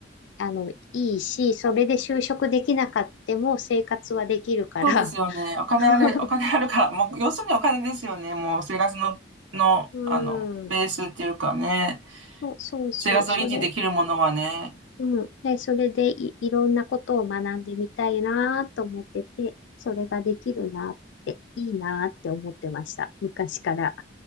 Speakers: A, on the left; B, on the right.
A: あのいいし、それで就職できなかっても生活はできるから。
B: そうですよね。お金あれ、
A: <laughs>
B: お金あるから、もう、要するにお金ですよね。もう、生活の、の、
A: う
B: あの、
A: ん、
B: ベースっていうかね、
A: そうそうそう、
B: 生活を維持できるものはね。
A: それ、うん。で、それでい、いろんなことを学んでみたいなと思ってて、それができるなって、いいなって思ってました。昔から。